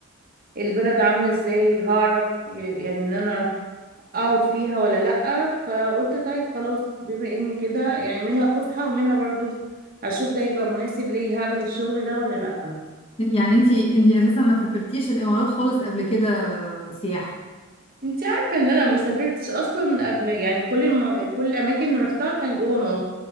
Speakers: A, on the right (about 40°); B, on the left (about 25°).
A: البلد عاملة ازاي هعرف ي- يعني ان انا اقعد فيها ولا لأ فقلت طيب خلاص بما اني كده يعني منها فسحة ومنها برضو اشوف ده يبقى مناسب ليا هقبل الشغل ده ولا لأ
B: يعني انتي انتي اساسا ما سافرتيش الامارات خالص قبل كده سياحه
A: انت عارفة ان انا ما سافرتش اصلا قبل يعني كل الم... كل الاماكن اللي رحتها كان جوه مصر